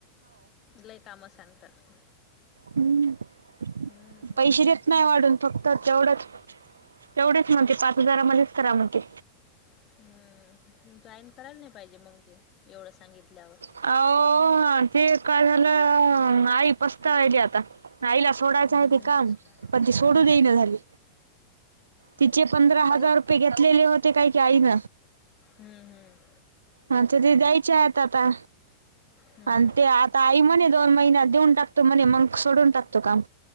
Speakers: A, on the left; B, on the right.
A: लई काम सांगतात.
B: हम्म
A: हम्म
B: पैसे देत नाही वाढून फक्त तेवढंच तेवढेच म्हणते पाच हजारामध्येच करा म्हणते.
A: हम्म जॉईन करायला नाही पाहिजे मग ते एवढं सांगितल्यावर
B: ओ ते काय झालं आई पस्ता आहिली आता आईला सोडायचं
A: करतेस
B: आहे ते काम
A: काय?
B: पण ती सोडून
A: हम्म
B: देई ना झाली. तिचे पंधरा हजार
A: काऊन?
B: रुपये घेतलेले होते काही की आईन
A: हम्म हम्म
B: हा तर ते द्यायचे आहे आता
A: हम्म
B: आणि ते आता आई म्हणे दोन महिन्यात देऊन टाकतो म्हणे मग सोडून टाकतो काम.